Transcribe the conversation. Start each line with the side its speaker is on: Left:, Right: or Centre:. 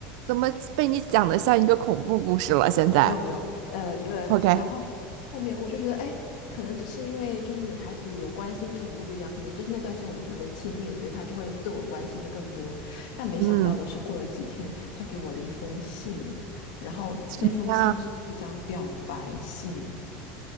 Right: 怎么被你讲的像一个恐怖故事了？现在
Left: 没有没有呃一个，
Right: ，OK，
Left: 然后后面我就觉得哎，可能只是因为就是女孩子有关心程度不一样，可能就是那段时间我们特别亲密，所以他就会对我关心的更多。但没想到的是，
Right: 嗯，
Left: 过了几天，他给我了一封信，然后那封信是一张表白信。
Right: 什么样？